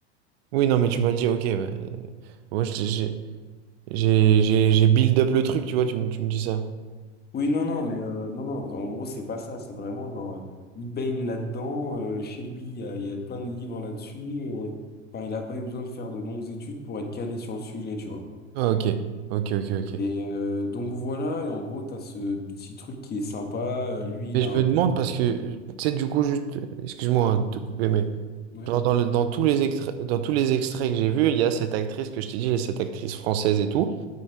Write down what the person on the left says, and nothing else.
Oui, non, non, mais euh, non, non, en gros, c'est pas ça. C'est vraiment genre, euh, il baigne là-dedans. euh, chez lui, il y a, il y a plein de livres là-dessus. euh, Enfin, il n'a pas eu besoin de faire de longues études pour être calé sur le sujet, tu vois.
Et euh, donc voilà, et en gros, t'as ce petit truc qui est sympa. euh, lui, il
a un
pote,
euh,
Ouais.